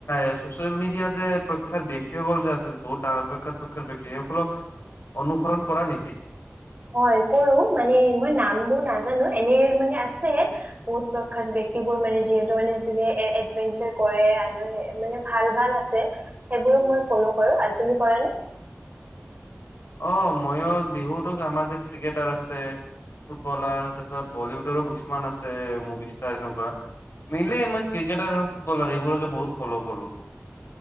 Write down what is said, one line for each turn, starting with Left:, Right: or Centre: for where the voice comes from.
Left: এ ছচিয়েল মিডিয়াত যে প্ৰখ্যাত ব্যক্তিসকল যে আছে বহুত ডাঙৰ প্ৰখ্যাত প্ৰখ্যাত ব্যক্তি সেইসকলক অনুসৰণ কৰা নিকি
Right: হয় কৰো মানে মই নাম বোৰ নাজানো এনে মানে আছে বহুত প্ৰখ্যাত ব্যক্তিবোৰ মানে যিহেতু মানে যোনে এডভেঞ্চাৰ কৰে মানে ভাল ভাল আছে সেইবোৰক মই ফল' কৰো আৰু তুমি কৰা নে?
Left: অ ময়ো বিহুতো আমাৰ যে ক্ৰিকেটাৰ আছে ফুটবলাৰ তাৰপিছত বলিউডৰো কিছুমান আছে মুভি ষ্টাৰ এনেকুৱা মেইনলি মই ক্ৰিকেটাৰ আৰু ফুটবলাৰ এইবোৰকে বহুত ফল' কৰো